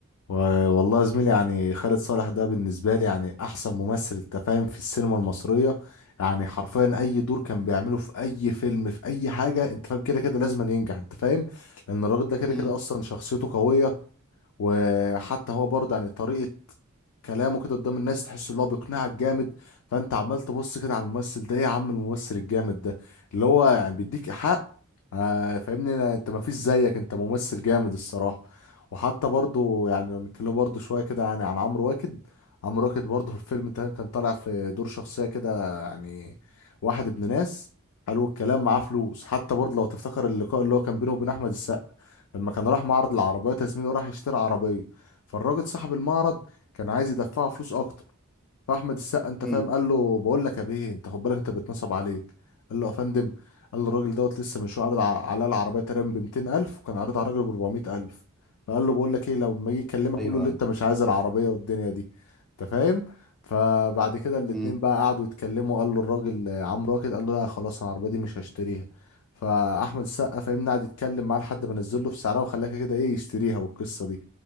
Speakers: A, on the left; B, in the centre.
A: و- والله يا زميلي يعني خالد صالح ده بالنسبة لي يعني أحسن ممثل أنت فاهم في السينما المصرية يعني حرفيا أي دور كان بيعمله في أي فيلم في أي حاجة أنت فاهم كده كده لازم ينجح أنت فاهم لأن الراجل ده كده
B: امم
A: كده أصلا شخصيته قوية وحتى هو برضه يعني طريقة كلامه كده قدام الناس تحس ان هو بيقنعك جامد فانت عمال تبص كده على الممثل ده ايه يا عم الممثل الجامد ده اللي هو يعني بيديك حق آه فاهمني أنا- انت ما فيش زيك انت ممثل جامد الصراحة وحتى برضه يعني لو نتكلم برضه شوية كده يعني عن عمرو واكد عمرو واكد برضه في الفيلم ده كان طالع في دور شخصية كده يعني واحد ابن ناس حلو الكلام معاه فلوس حتى برضه لو تفتكر اللقاء اللي هو كان بينه وبين احمد السقا لما كان راح معرض العربيات يا زميلي وراح يشتري عربية فالراجل صاحب المعرض كان عايز يدفعه فلوس اكتر فاحمد السقا انت
B: امم
A: فاهم قال له بقول لك يا بيه انت خد بالك انت بيتنصب عليك قال له يا فندم قال له الراجل دوت لسه من شويه عرض ع- على العربيه تقريبا ب 200000 وكان عارضها على الراجل ب 400000 فقال له بقول لك ايه لما اجي اكلمك
B: ايوه
A: قول له اللي
B: ايوه
A: انت مش عايز العربيه والدنيا دي انت فاهم فبعد كده الاتنين
B: امم
A: بقى قعدوا يتكلموا قال له الراجل آه، عمرو واكد قال له لا خلاص انا العربيه دي مش هشتريها فاحمد السقا فاهمني قعد يتكلم معاه لحد ما نزل له في سعرها وخلاها كده كده ايه يشتريها والقصه دي